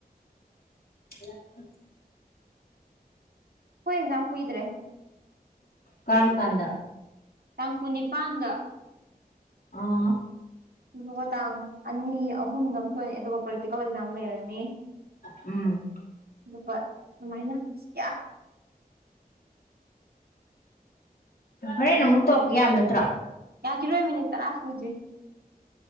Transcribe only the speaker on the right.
ꯑꯈꯣꯢ ꯑꯦꯛꯖꯥꯝ ꯀꯨꯏꯗ꯭ꯔꯦ
ꯇꯥꯡ ꯀꯨꯟꯅꯤꯄꯥꯟꯗ
ꯑꯗꯨꯒ ꯇꯥꯡ ꯑꯅꯤ ꯑꯍꯨꯝꯗ ꯑꯃ ꯊꯣꯛꯑ‌ꯦ ꯑꯗꯨꯒ ꯄ꯭ꯔꯦꯛꯇꯤꯀꯦꯜ ꯑꯦꯛꯖꯥꯝ ꯂꯩꯔꯅꯤ
ꯑꯗꯨꯒ ꯑꯗꯨꯃꯥꯏꯅ ꯑꯁ ꯌꯥ
ꯌꯥꯈꯤꯔꯣꯏ ꯃꯤꯅꯤꯠ ꯇꯔꯥ ꯁꯨꯗ꯭ꯔꯤ